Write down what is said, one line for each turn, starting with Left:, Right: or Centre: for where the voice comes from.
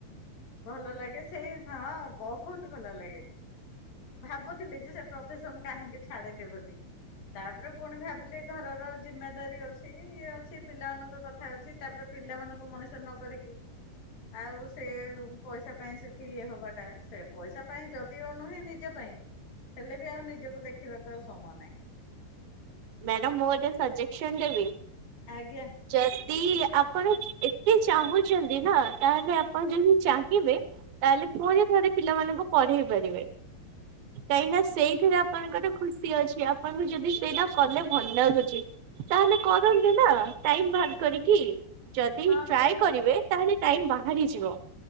Left: ଭଲ ଲାଗେ ସେଇ ହଁ ବହୁତ ଭଲ ଲାଗେ। ଭାବୁଥିଲି ଯେ ସେ ପ୍ରଫେସନ କାହିଁକି ଛାଡିଲେ ବୋଲି। ତାପରେ ପୁଣି ଭାବିଲି ଘରର ଜିମେଦାରି ଅଛି ଇଏ ଅଛି ପିଲାମାନଙ୍କ କଥା। ଅଛି ତାପରେ ପିଲାମାନଙ୍କୁ ମଣିଷ ନ କରିକି ଆଉ ସେ ପଇସା ପାଇଁ ସେଠି ଇଏ ହବାଟା। ସେ ପଇସା ପାଇଁ ଯଦିଓ ନୁହେଁ ନିଜ ପାଇଁ ହେଲେ ବି ଆଉ ନିଜକୁ ଦେଖିବାକୁ ଆଉ ସମୟ ନାହିଁ।
Right: ମ୍ୟାଡ଼ାମ ମୁଁ ଗୋଟେ ସବଜେକ୍ସନ ଦେବି?
Left: ଆଜ୍ଞା।
Right: ଯଦି ଆପଣ ଏତେ ଚାହୁଁଛନ୍ତି ନା ତାହେଲେ ଆପଣ ଯଦି ଚାହିଁବେ ତାହେଲେ ପୁଣିଥରେ ପିଲାମାନଙ୍କୁ ପଢେଇ ପାରିବେ। କାହିଁକି ନା ସେଇଥିରେ ଆପଣଙ୍କର ଖୁସି ଅଛି ଆପଣଙ୍କୁ ଯଦି ସେଇଟା କଲେ ଭଲ ଲାଗୁଛି ତାହେଲେ କରନ୍ତୁ ନା ଟାଇମ ବାହାର କରିକି। ଯଦି
Left: ହଁ
Right: ବି ଟ୍ରାଏ
Left: ଟିଉ
Right: କରିବେ ତାହେଲେ ଟାଇମ ବାହାରିଯିବ।